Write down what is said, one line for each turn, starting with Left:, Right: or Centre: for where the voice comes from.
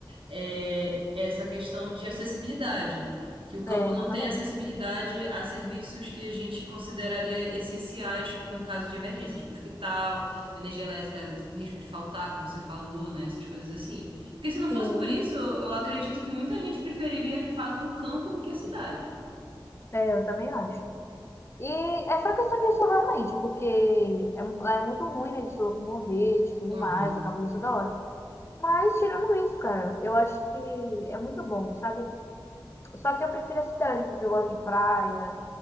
Right: é essa questão de acessibilidade, que o campo
Left: É, exatamente.
Right: não tem acessibilidade a serviços que a gente consideraria essenciais no caso de emergência, tipo hospital, energia elétrica, risco de faltar, como você falou, né, essas coisas assim. Porque se não fosse
Left: Sim,
Right: por isso, eu, eu acredito que muita gente preferiria de fato o campo do que a cidade.
Left: é, eu também acho. E é só questão disso realmente, porque é, lá é muito ruim, né, de se locomover, de tudo
Right: Aham.
Left: mais, acaba isso da hora. Mas tirando isso, cara, eu acho que é muito bom, sabe? Só que eu prefiro a cidade, porque eu gosto de praia,